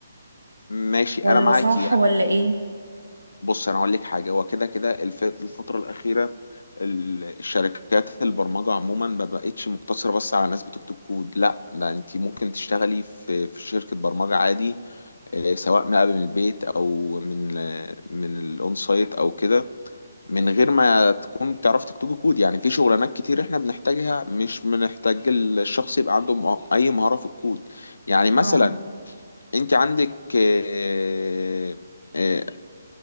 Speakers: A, on the left; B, on the right.
A: ماشي
B: ولا
A: انا معاكي
B: صح ولا ايه
A: بص انا اقول لك حاجه هو كده كده الف- الفتره الاخيره ال- الشركات البرمجه عموما ما بقتش مقتصره بس على ناس بتكتب كود لا ده انت ممكن تشتغلي في في شركه برمجه عادي آه، سواء بقى من البيت او من آه، من الاون سايت او كده من غير ما تكون بتعرف تكتب كود يعني في شغلانات كتير احنا بنحتاجها مش بنحتاج الشخص يبقى عنده مه- اي مهارة في الكود يعني مثلا
B: اه
A: انت عندك آه، آه،